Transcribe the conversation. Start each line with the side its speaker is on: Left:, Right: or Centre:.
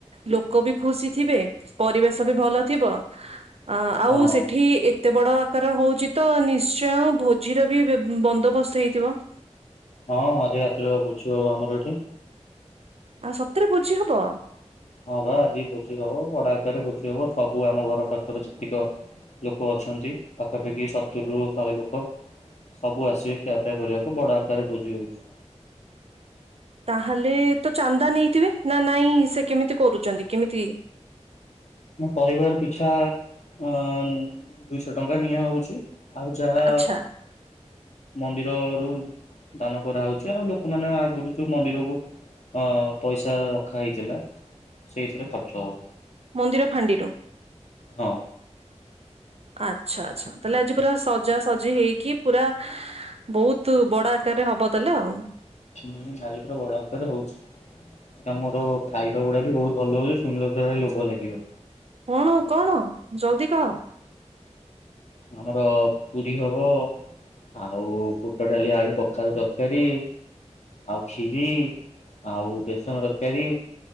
Right: ଲୋକ ବି ଖୁସି ଥିବେ ପରିବେଶ ବି ଭଲ ଥିବ ଅ ଆଉ
Left: ହଁ।
Right: ସେଠି ଏତେ ବଡ କାରଣ ହଉଛି ତ ନିଶ୍ଚୟ ଆଉ ଭୋଜିର ବି ବନ୍ଦୋବସ୍ତ ହେଇଥିବ।
Left: ହଁ ଆଜି ରାତିରେ ପା ଭୋଜି ହବ ଆମର ଏଠି।
Right: ଆଉ ସତରେ ଭୋଜି ହବ?
Left: ହଁ ବା ଆଜି ଭୋଜି ହବ ବଡ ଆକାରରେ ଭୋଜି ହବ ସବୁ ଆମ ଘର ପାଖରେ ଯେତିକ ଲୋକ ଅଛନ୍ତି ପାଖାପାଖି ସତୁରୀରୁ ଶହେ ଲୋକ ସବୁ ଆସିବେ ଖିଆପିଆ କରିବାକୁ ବଡ ଆକାରରେ ଭୋଜି ହଉଛି।
Right: ତାହେଲେ ତ ଚାନ୍ଦା ନେଇଥିବେ ନା ନାଇଁ ସେ କେମିତି କରୁଛନ୍ତି କେମିତି?
Left: ପରିବାର ପିଛା ଅଂ ଦୁଇଶହ ଟଙ୍କା ନିଆ ହଉଛି ଆଉ ଯାହା
Right: ଆଚ୍ଛା
Left: ମନ୍ଦିର ରୁ ଦାନ କରାହଉଚି ଆଉ ଲୋକମାନେ ଆଗରୁ ଯୋଉ ମନ୍ଦିରକୁ ହଁ ପଇସା ର ରଖା ହେଇଥିଲା ସେଇଥିରେ ଖର୍ଚ୍ଚ ହବ।
Right: ମନ୍ଦିର ଫାଣ୍ଡିରୁ?
Left: ହଁ।
Right: ଆଚ୍ଛା ଆଚ୍ଛା ତା ହେଲେ ଆଜି ପୁରା ସଜାସଜି ହେଇକି ପୁରା ବହୁତ ବଡ଼ ଆକାରରେ ହବ ତାହେଲେ ଆଉ।
Left: ହୁଁ ଆଜି ପୁରା ବଡ଼ ଆକାରରେ ହଉଛି। ନା ମୋର ଖାଇବା ଗୁଡ଼ା ବି ବହୁତ୍ ଭଲ ହଉଛି ଶୁଣିଲେ ତତେ ଭାରି ଲୋଭ ଲାଗିବ।
Right: କଣ କଣ ଜଲଦି କହ।
Left: ଆମର ପୁରୀ ହବ ଆଉ ବୁଟ ଡାଲି ଆଳୁ କଖାରୁ ତରକାରୀ ଆଉ ଖୀରି ଆଉ ବେସନ ତରକାରୀ